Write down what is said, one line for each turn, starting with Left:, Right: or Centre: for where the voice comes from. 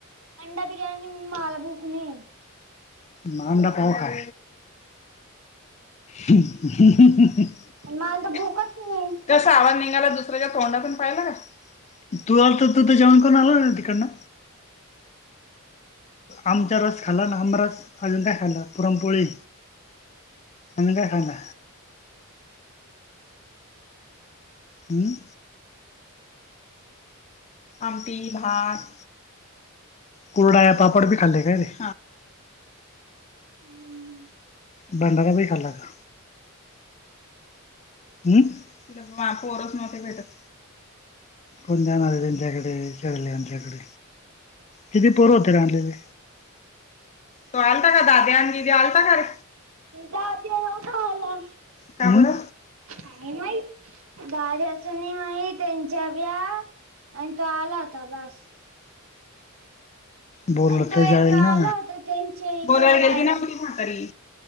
Right: अंडा बिर्याणी माला भूक नाहीय
Left: म अंडा पाव खा. <unintelligible>
Right: मला तर भूकच नाही
Left: कस आवाज निघायला दुसऱ्याच्या तोंडातून पाहिला का? तू आल तर तू तर जेवण करून आला तिकडना. आमचा रस खाला ना आमही रस अजून का खाल्ला पुरणपोळी. मन कालं हम्म आमटी भात कुरडया या पापड भी खाल्ले काय रे?
Right: हम्म
Left: बांडाला ब हल्ला का ह् तर दिवस नव्हते भेटत. कोण जाणारे त्यांच्याकडे विचारले त्यांच्याकडे. किती पोर होते रा आणलेले? तो आलता का दाद्या आण दीदे आलता का रे.
Right: दाद्या नव्हता आला.
Left: काय बर
Right: काय माहीत दाद्याच नाही माहीत. त्यांच्या व्या आणि तो आला होता बास.
Left: बोल
Right: आणि तो
Left: तर जाईल
Right: एक आला
Left: ना
Right: होता त्यांच्या इकडे
Left: बोलायला
Right: राहायला.
Left: गेल की ना क म्हातारी.